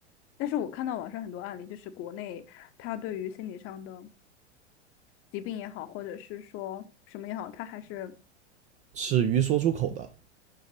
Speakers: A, on the left (about 35°); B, on the right (about 20°).
A: 但是我看到网上很多案例，就是国内他对于心理上的疾病也好，或者是说什么也好，他还是
B: 耻于说出口的。